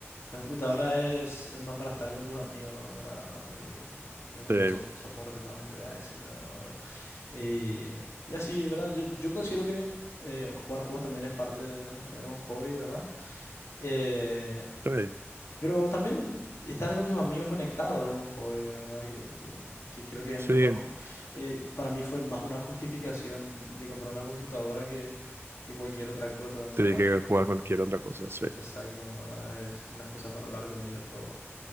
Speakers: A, on the left; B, on the right.
A: la computadora es, es más para estar con tus amigos, ¿verdad? Y que es un
B: Sí,
A: buen sop- soporte también, te voy a decir, ¿verdad? Eh, y así, ¿verdad? Yo, yo considero que eh, jugar juegos también es parte de, es un hobby, ¿verdad? Eh,
B: sí,
A: pero también estar con tus amigos conectados es un hobby, ¿verdad? Que, que- que creo que es
B: sí,
A: mejor. ju- eh, para mí fue más una justificación de comprar una computadora que, que cualquier otra cosa,
B: sí,
A: ¿verdad?
B: que
A: Pu-
B: jugar cualquier otra cosa. Sí,
A: Exacto, ¿verdad? Es una excusa para hablar con ellos todo